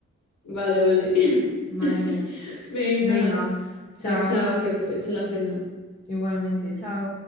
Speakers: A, on the left (about 75°); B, on the left (about 30°).
A: Vale, vale.
B: Madre
A: <laughs>
B: mía.
A: Venga,
B: Venga, chao.
A: chao, chao, que aproveche la cena.
B: Igualmente, chao.